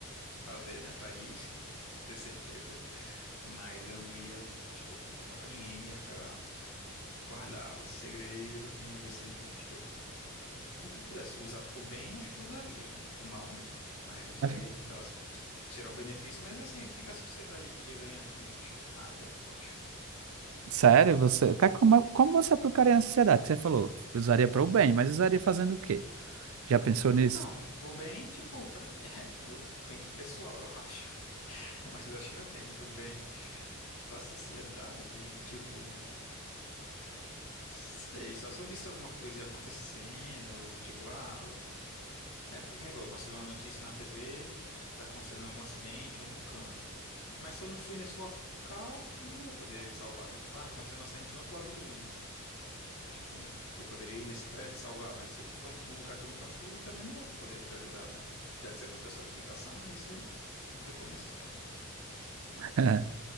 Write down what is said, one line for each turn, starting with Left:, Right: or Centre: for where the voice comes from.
Left: fazer, né, pra ir, <laughs> ter certeza, mas eu não ia, tipo, contar pra ninguém, ia ficar, guardava esse segredo, não ia ser, tipo, o que eu pudesse usar pro bem, eu acho que eu usaria, né? Pro mal, não. Mas usaria
Right: Mas,
Left: tentar ti- tirar o benefício, mas assim, o que que a sociedade ia ganhar com isso? Acho que nada, eu acho.
Right: Sério, você, o que é- como, como você aplicaria na sociedade? Que você falou, usaria para o bem, mas usaria fazendo o quê? Já pensou nisso?
Left: Então, não- o bem, tipo, pra mim, <laughs> é meu bem pessoal, eu acho. <laughs> Mas acho que não tem muito bem pra sociedade, tipo. Sei, só se eu visse alguma coisa ia acontecendo, tipo, ah, eu- é, porque que nem falou, eu posso ver uma notícia na TV que tá acontecendo algum acidente em algum canto. Mas se eu não fui nesse local, eu não ia poder salvar, né? Tipo, ah, tá acontecendo um acidente no outro lado do mundo. Tipo, eu poderia ir nesse prédio salvar, mas se eu não for um um lugar que eu nunca fui, também não ia poder ajudar, né? Já que você botou essa limitação, aí você complicou minhas pernas.
Right: <laughs>